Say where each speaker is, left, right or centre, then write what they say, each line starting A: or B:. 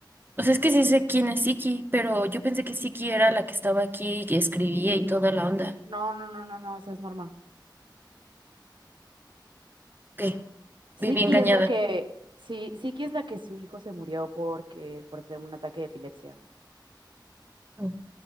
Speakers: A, on the right; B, on the right.
A: O sea, es que sí sé quién es Siki, pero yo pensé que Siki era la que estaba aquí y escribía y toda la onda.
B: No, no, no, no, no, esa es Norma.
A: Ok,
B: Siki
A: viví engañada.
B: es la que. Sí, Siki es la que su hijo se murió porque, por tener un ataque de epilepsia.
A: Mm,